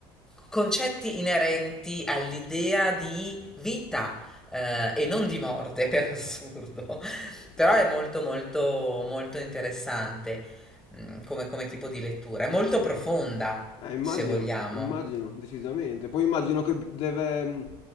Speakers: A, in the centre; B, on the left.
A: concetti inerenti all'idea di vita eh, e non di morte, <laughs> per assurdo. Però
B: Wow.
A: è molto molto molto interessante mm, come, come tipo di lettura, è molto profonda,
B: Eh, immagino,
A: se vogliamo.
B: immagino, decisamente. Poi immagino che deve, mh,